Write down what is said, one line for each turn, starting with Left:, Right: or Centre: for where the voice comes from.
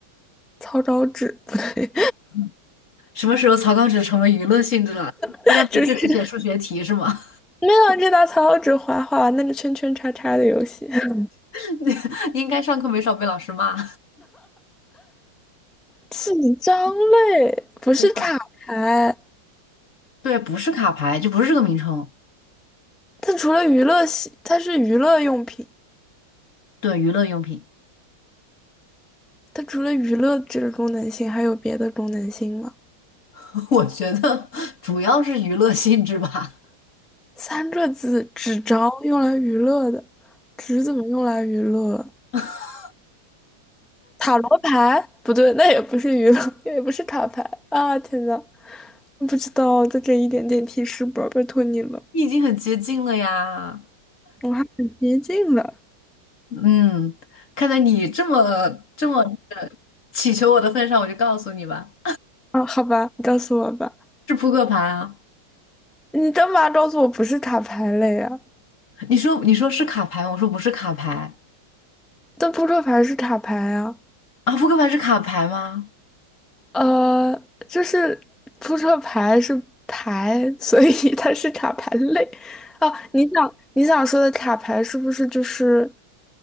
Centre: 草稿纸不对，
Left: 嗯什么时候草稿纸成为娱乐性质了？
Centre: <laughs>
Left: 大家不事只写数学题是吗？
Centre: 就是没有啊，就拿草稿纸划划玩那个圈圈叉叉的游戏，<laughs>
Left: <laughs> 应该上课没少被老师骂。
Centre: 纸张类不是卡牌，
Left: 对对，不是卡牌，就不是这个名称。
Centre: 它除了娱乐性，它是娱乐用品，
Left: 对，娱乐用品。
Centre: 它除了娱乐这个功能性，还有别的功能性吗？
Left: <laughs> 我觉得主要是娱乐性质吧。
Centre: 三个字，纸张用来娱乐的，纸怎么用来娱乐？
Left: <laughs>
Centre: 塔罗牌？不对，那也不是娱乐，<laughs> 也不是塔牌啊！天呐，不知道，就这一点点提示吧，拜托你了，
Left: 你已经很接近了呀。
Centre: 我还很接近了
Left: 嗯，看在你这么这么呃祈求我的份上，我就告诉你吧，
Centre: 啊！好吧，你告诉我吧，
Left: 是扑克牌啊。
Centre: 你干嘛告诉我不是塔牌类啊？
Left: 你说你说是卡牌吗我说不是卡牌
Centre: 但扑克牌是塔牌啊。
Left: 啊。扑克牌是卡牌吗？
Centre: 呃，就是扑克牌是牌，所以 <laughs> 它是卡牌类。哦，你想你想说的卡牌是不是就是